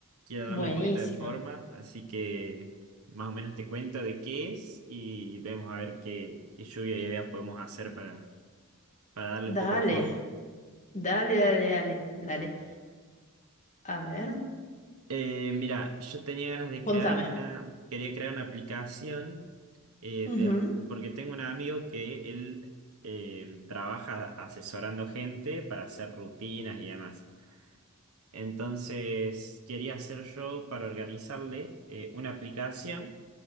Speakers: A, on the right (about 75°); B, on the left (about 35°).
A: quiero
B: Buenísimo.
A: darle un poquito de forma, así que más o menos te cuento de qué es y vemos a ver qué, qué lluvia de ideas podemos hacer para, para darle
B: Dale,
A: un poco de forma.
B: dale, dale, dale, dale. A ver,
A: Eh, mira, yo tenía ganas de
B: contame.
A: crear una, quería crear una aplicación eh,
B: Ujú,
A: de- porque tengo un amigo que él eh, trabaja asesorando gente para hacer rutinas y demás. Entonces, quería hacer yo para organizarle eh, una aplicación